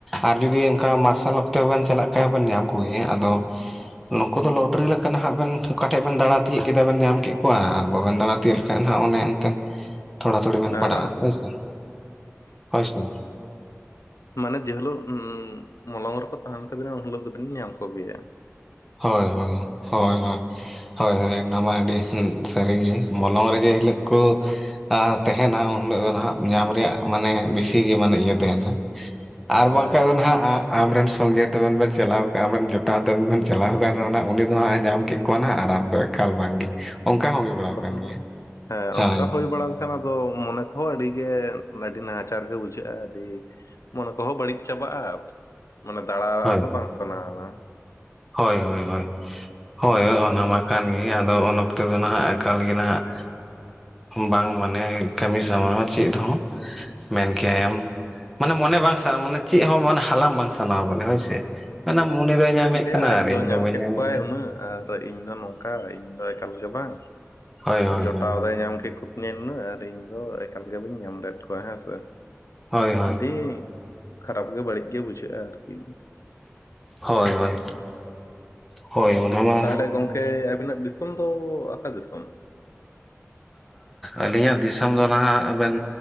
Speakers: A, in the centre; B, on the left.
A: ᱟᱨ ᱡᱩᱫᱤ ᱚᱝᱠᱟ ᱢᱟᱨᱥᱟᱞ ᱚᱠᱛᱮ ᱦᱚᱸᱵᱮᱱ ᱪᱟᱞᱟᱜ ᱠᱷᱟᱡ ᱦᱚᱸᱵᱮᱱ ᱧᱟᱢ ᱠᱚᱜᱮᱭᱟ ᱟᱫᱚ, ᱱᱩᱠᱩ ᱫᱚ ᱞᱚᱴᱨᱤ ᱞᱮᱠᱟ ᱱᱟᱦᱟᱜ ᱵᱮᱱ ᱚᱠᱟ ᱴᱷᱮᱡ ᱵᱮᱱ ᱫᱟᱬᱟ ᱛᱤᱭᱟᱹᱜ ᱠᱮᱫᱟ ᱵᱮᱱ ᱧᱟᱢ ᱠᱮᱫ ᱠᱚᱣᱟ ᱟᱨ ᱵᱟᱵᱮᱱ ᱫᱟᱬᱟ ᱛᱤᱭᱟᱹᱜ ᱞᱮᱠᱷᱟᱡ ᱱᱟᱦᱟᱜ ᱚᱱᱮ ᱮᱱᱛᱮᱱ ᱛᱷᱚᱲᱟ ᱛᱷᱩᱲᱤ ᱵᱮᱱ ᱯᱟᱲᱟᱜᱼᱟ
B: ᱟᱨ ᱟᱬᱜᱚᱢ
A: ᱦᱳᱭ
B: ᱵᱮᱱ
A: ᱥᱮ, ᱦᱳᱭ ᱥᱮ᱾
B: ᱢᱟᱱᱮ ᱡᱮᱦᱤᱞᱳᱜ ᱩᱸ ᱢᱚᱞᱚᱝ ᱨᱮᱠᱚ ᱛᱟᱦᱮᱱ ᱛᱟᱵᱤᱱᱟ ᱩᱱᱦᱤᱞᱟᱹᱜ ᱫᱚᱵᱮᱱ ᱧᱟᱢᱠᱚ ᱜᱮᱭᱟ᱾
A: ᱦᱳᱭ ᱦᱳᱭ, ᱦᱳᱭ ᱦᱳᱭ᱾ ᱦᱳᱭ ᱦᱳᱭ, ᱚᱱᱟ ᱢᱟ ᱟᱹᱰᱤ ᱥᱟᱹᱨᱤᱜᱮ ᱢᱚᱞᱚᱝ ᱨᱮ ᱡᱮ ᱦᱤᱞᱳᱜ ᱠᱚ ᱟ ᱛᱟᱦᱮᱱᱟ ᱩᱱ ᱦᱤᱞᱳᱜ ᱫᱚ ᱱᱟᱦᱟᱜ ᱧᱟᱢ ᱨᱮᱭᱟᱜ ᱢᱟᱱᱮ ᱵᱮᱥᱤ ᱜᱮ ᱢᱟᱱᱮ ᱤᱭᱟᱹ ᱛᱟᱦᱮᱱᱟ ᱟᱨ
B: ᱦᱮᱸ
A: ᱵᱟᱝᱠᱷᱟᱡ ᱫᱚ
B: ᱦᱮᱸ
A: ᱱᱟᱦᱟᱜ ᱟᱢᱨᱮᱱ ᱥᱚᱸᱜᱮ ᱛᱟᱵᱮᱱ ᱵᱮᱱ ᱪᱟᱞᱟᱣ ᱠᱚᱜ-ᱟ ᱟᱵᱮᱱ ᱡᱚᱴᱟᱣ ᱛᱟᱵᱮᱱ ᱵᱮᱱ ᱪᱟᱞᱟᱣ ᱟᱠᱟᱱ ᱨᱮᱦᱚᱸ ᱩᱱᱤ ᱫᱚ ᱦᱟᱸᱜ ᱮ ᱧᱟᱢ ᱠᱮᱫ ᱠᱚᱣᱟ ᱱᱟᱦᱟᱜ ᱟᱨ ᱟᱢ ᱫᱚ ᱮᱠᱟᱞ ᱵᱟᱝᱜᱮ ᱚᱝᱠᱟ ᱦᱚᱸ ᱦᱩᱭ ᱵᱟᱲᱟᱣ
B: ᱛᱚᱠᱷᱚᱱ
A: ᱟᱠᱟᱱ ᱜᱮᱭᱟ᱾
B: ᱫᱚ ᱦᱮᱸ
A: ᱦᱳᱭ
B: ᱚᱝᱠᱟ ᱦᱩᱭ ᱵᱟᱲᱟ ᱠᱷᱟᱱ ᱟᱫᱚ ᱢᱚᱱᱮ ᱠᱚᱦᱚᱸ ᱟᱹᱰᱤᱜᱮ ᱟᱹᱰᱤ ᱱᱟᱦᱟᱪᱟᱨ ᱜᱮ ᱵᱩᱡᱷᱟᱹᱜᱼᱟ ᱟᱹᱰᱤ ᱢᱚᱱᱮ ᱠᱚᱦᱚᱸ ᱵᱟᱹᱲᱤᱡ ᱪᱟᱵᱟᱜᱼᱟ᱾ ᱢᱟᱱᱮ ᱫᱟᱬᱟ
A: ᱦᱳᱭ
B: ᱫᱚ ᱵᱟᱝ ᱥᱟᱱᱟᱣᱟ᱾
A: ᱦᱳᱭ ᱦᱳᱭ ᱦᱳᱭ, ᱦᱳᱭ ᱚᱱᱟ ᱢᱟ ᱠᱟᱱ ᱜᱮ ᱟᱫᱚ ᱚᱱᱟ ᱛᱮᱫᱚ ᱱᱟᱦᱟᱜ ᱮᱠᱟᱞ ᱜᱮ ᱱᱟᱦᱟᱜ ᱵᱟᱝ ᱢᱟᱱᱮ ᱠᱟᱹᱢᱤ ᱥᱟᱱᱟᱣᱟ ᱪᱮᱫ ᱦᱚᱸ᱾ ᱢᱮᱱᱠᱮᱭᱟᱭᱮᱢ ᱢᱟᱱᱮ ᱢᱚᱱᱮ ᱵᱟᱝ ᱥᱟᱱᱟ ᱢᱟᱱᱮ ᱪᱮᱫ ᱦᱚᱸ ᱢᱟᱱᱮ ᱦᱟᱞᱟᱝ ᱵᱟᱝ ᱥᱟᱱᱟᱣᱟ ᱵᱚᱞᱮ ᱦᱳᱭ ᱥᱮ᱾ ᱦᱟᱱᱟ ᱢᱚᱱᱮᱨᱮ ᱧᱟᱢᱮᱫ
B: ᱫᱮᱭᱟ
A: ᱠᱟᱱᱟ
B: ᱟᱡ
A: ᱟᱨ
B: ᱫᱚ
A: ᱤᱧ
B: ᱧᱟᱢ
A: ᱵᱟᱹᱧ
B: ᱠᱮᱫ
A: ᱧᱟᱢᱮᱫ
B: ᱠᱚᱣᱟᱭ ᱩᱱᱟᱹᱜ ᱟᱨ ᱤᱧ ᱫᱚ ᱱᱚᱝᱠᱟ ᱤᱧ ᱫᱚ ᱮᱠᱟᱞ ᱜᱮ ᱵᱟᱝ᱾
A: ᱦᱳᱭ ᱦᱳᱭ
B: ᱡᱚᱴᱟᱣ
A: ᱦᱳᱭ
B: ᱫᱚᱭ ᱧᱟᱢ ᱠᱮᱫ ᱠᱩᱛᱤᱧᱟ ᱱᱩᱱᱟᱹᱜ ᱟᱨ ᱤᱧᱫᱚ ᱮᱠᱟᱞᱜᱮ ᱵᱟᱹᱧ ᱧᱟᱢ ᱞᱮᱫ ᱠᱚᱣᱟ ᱦᱮᱸ ᱥᱮ᱾
A: ᱦᱳᱭ ᱦᱳᱭ
B: ᱟᱹᱰᱤ ᱠᱷᱟᱨᱟᱯ ᱜᱮ ᱵᱟᱹᱲᱤᱡ ᱜᱮ ᱵᱩᱡᱷᱟᱹᱜᱼᱟ ᱟᱨᱠᱤ᱾
A: ᱦᱳᱭ ᱦᱳᱭ᱾ ᱦᱳᱭ ᱚᱱᱟᱢᱟ
B: ᱛᱟᱦᱞᱮ ᱜᱚᱝᱠᱮ, ᱟᱹᱵᱤᱱᱟᱜ ᱫᱤᱥᱚᱢ ᱫᱚ ᱚᱠᱟ ᱫᱤᱥᱚᱢ?
A: ᱟᱹᱞᱤᱧᱟᱜ ᱫᱤᱥᱚᱢ ᱫᱚ ᱱᱟᱦᱟᱜ ᱵᱮᱱ